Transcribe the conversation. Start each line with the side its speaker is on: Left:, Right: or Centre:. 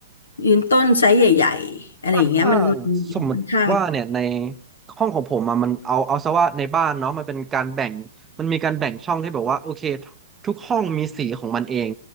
Left: ยืนต้นไซส์ใหญ่ๆอะไรอย่างเงี้ยมันมัน
Right: ก็ถ้าสมมติว่าเนี่ยใน
Left: ค่อนข้าง
Right: ห้องของผมอะมันเอาเอาซะว่าในบ้านเนาะมันเป็นการแบ่งมันมีการแบ่งช่องที่แบบว่าโอเคทุกห้องมีสีของมันเอง